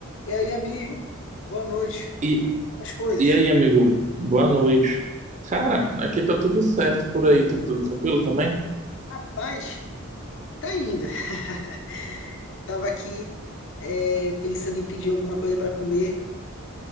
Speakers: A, on the left; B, on the right.
A: E aí, amigo? Boa noite.
B: E,
A: As coisas?
B: e aí, amigo? Boa noite. Cara, aqui tá tudo certo por aí, tá tudo tranquilo também?
A: Rapaz, tá indo. <laughs> Tava aqui, é, pensando em pedir alguma coisa para comer.